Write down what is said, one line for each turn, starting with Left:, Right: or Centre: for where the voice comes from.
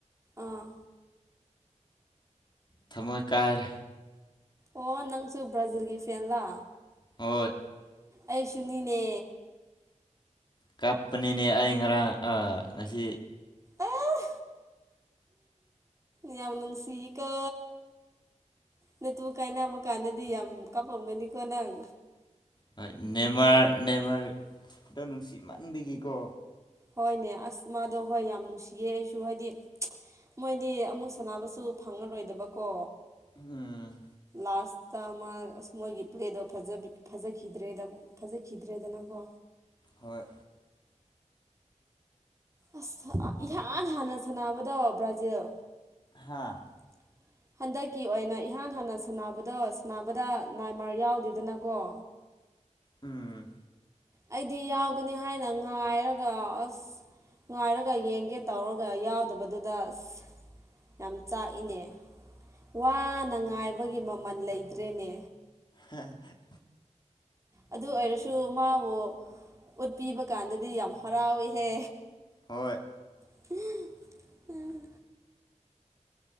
Right: ꯑꯥ
Left: ꯊꯃꯣꯏ ꯀꯥꯏꯔꯦ꯫
Right: ꯑꯣ ꯅꯪꯁꯨ ꯕ꯭ꯔꯥꯖꯤꯜꯒꯤ ꯐꯦꯟꯂꯥ꯫
Left: ꯍꯣꯏ꯫
Right: ꯑꯩꯁꯨꯅꯤꯅꯦ꯫
Left: ꯀꯞꯄꯅꯤꯅꯦ ꯑꯩ ꯉꯔꯥꯡ ꯉꯁꯤ꯫
Right: ꯍꯝ ꯌꯥꯝ ꯅꯨꯡꯁꯤꯀꯣ꯫ ꯅꯠꯇꯨ ꯀꯥꯏꯅꯕ ꯀꯥꯟꯗꯗꯤ ꯌꯥꯝ ꯀꯥꯞꯄꯒꯅꯤꯀꯣ ꯅꯪ꯫
Left: ꯍꯣꯏ ꯅꯦꯃꯔ ꯅꯦꯃꯥꯔꯗꯣ ꯅꯨꯡꯁꯤꯠ ꯃꯟꯒꯤꯀꯣ꯫
Right: ꯍꯣꯏꯅꯦ ꯑꯁ ꯃꯥꯗꯣ ꯍꯣꯏ ꯌꯥꯝ ꯅꯨꯡꯁꯤꯌꯦ ꯑꯩꯁꯨ ꯍꯥꯏꯗꯤ꯫ ꯃꯣꯏꯗꯤ ꯑꯃꯨꯛ ꯁꯅꯕꯁꯨ ꯐꯪꯉꯔꯣꯏꯗꯕꯀꯣ꯫
Left: ꯎꯝ꯫
Right: ꯂꯁꯇ ꯑꯃ ꯑꯁ ꯃꯣꯏꯒꯤ ꯄ꯭ꯂꯦꯗꯣ ꯐꯖꯈꯤꯗ꯭ꯔꯦꯗ ꯐꯖꯈꯤꯗ꯭ꯔꯦꯗꯅꯀꯣ
Left: ꯍꯣꯏ꯫
Right: ꯑꯁ ꯏꯍꯥꯟ ꯍꯥꯟꯅ ꯁꯥꯟꯅꯕꯗꯣ ꯕ꯭ꯔꯥꯖꯤꯜ꯫
Left: ꯍꯥꯥ꯫
Right: <inaudible> ꯍꯟꯗꯛꯀꯤ ꯑꯣꯏꯅ ꯏꯍꯥꯟ ꯍꯥꯟꯅ ꯁꯥꯟꯅꯕꯗꯣ ꯁꯥꯟꯅꯕꯗ ꯅꯥꯏꯃꯥꯔ ꯌꯥꯎꯗꯦꯗꯅꯀꯣ
Left: ꯎꯝ꯫
Right: ꯑꯩꯗꯤ ꯌꯥꯎꯒꯅꯤ ꯍꯥꯏꯅ ꯉꯥꯏꯔꯒ ꯑꯁ꯫ ꯉꯥꯏꯔꯒ ꯌꯦꯡꯒꯦ ꯇꯧꯔꯒ ꯌꯥꯎꯗꯕꯗꯨꯗ ꯑꯁ꯫ ꯌꯥꯝ ꯆꯥꯛꯏꯅꯦ ꯋꯥꯅ ꯉꯥꯏꯕꯒꯤ ꯃꯃꯜ ꯂꯩꯇ꯭ꯔꯦꯅꯦ꯫
Left: ꯍꯥ <unintelligible>
Right: ꯑꯗꯨ ꯑꯣꯏꯔꯁꯨ ꯃꯥꯕꯨ ꯎꯠꯄꯤꯕ ꯀꯥꯟꯗꯗꯤ ꯌꯥꯝ ꯍꯔꯥꯎꯏꯍꯦ꯫
Left: ꯍꯣꯏ
Right: <unintelligible>